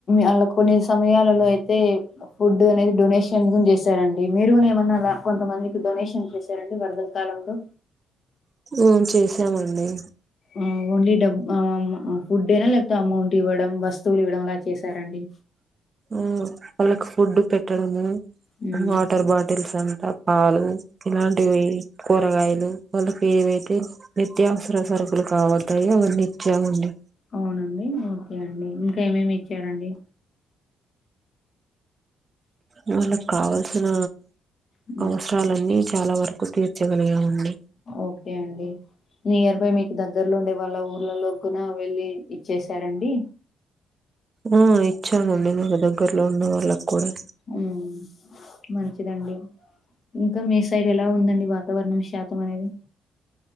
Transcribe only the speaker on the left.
ఆళ్ళ కొన్ని సమయాలలో అయితే ఫుడ్ అనేది డొనేషన్ గున్ చేశారండి మీరు కూడా ఏమన్నా కొంతమందికి డొనేషన్ చేశారండి వరదల కాలంలో
ఆ ఓన్లీ డబ్ ఆ ఫుడ్ యేన లేకపోతే అమౌంట్ ఇవ్వడం వస్తువులు ఇవ్వడం అలా చేసారండి
ఉమ్
అవునండి ఓకే అండి ఇంకా ఏమేమి ఇచ్చారండి
హ్మ్.
ఓకే అండి నియర్ బై మీకు దగ్గర్లో ఉండే వాళ్ళ ఊర్లలో కూడాన వెళ్ళలి ఇచ్చేసారండి
హమ్ మంచిదండి ఇంకా మీ సైడ్ ఎలా ఉందండి వా వాతావరణం శాతం అనేది